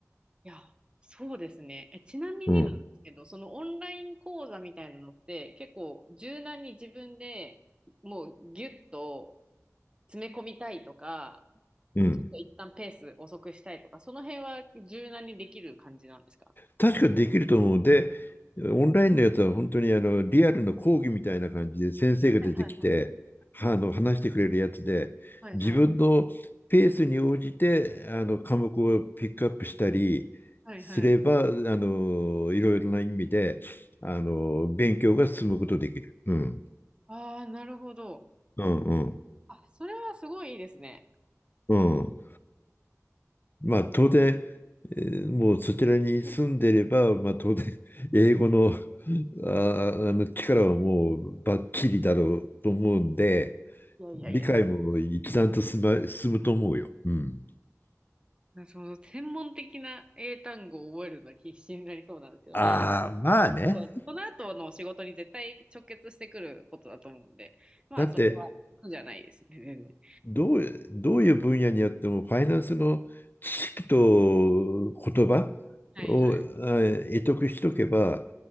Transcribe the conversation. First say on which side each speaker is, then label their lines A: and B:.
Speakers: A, on the right; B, on the left.
A: いや、そうですね。え、ちなみになんですけど、
B: うん。
A: そのオンライン講座みたいなのって結構柔軟に自分でもうギュッと詰め込みたいとか、
B: うん。
A: ちょっと一旦ペース遅くしたいとか、その辺は柔軟にできる感じなんですか
B: 確かにできると思う。で、オンラインのやつは本当にあのリアルの講義みたいな感じで先生が出てきて、
A: はいはいはい。
B: はあの話してくれるやつで、
A: はいはい。
B: 自分のペースに応じてあの科目をピックアップしたりすれば、
A: はいはい。
B: あのいろいろな意味であの勉強が進むことできる。うん。
A: ああ、なるほど。
B: うんうん。
A: あ、それはすごいいいですね。
B: うん。まあ当然、えーもうそちらに住んでれば、まあ当然、英語の、あ、あの力はもうバッチリだろうと思うんで、
A: いやいやいや。
B: 理解も一段と進ま、進むと思うよ。うん。
A: なその専門的な英単語を覚えるの必死になりそうなんですけど、
B: ああ、
A: まあ、
B: まあね。
A: 結構この後の仕事に絶対直結してくることだと思うんで、まあ、
B: だって、
A: それは苦じゃないですね、全然。
B: どう、どういう分野にあっても、ファイナンスの知識と言葉を、
A: はいはい。
B: あ得得しとけば、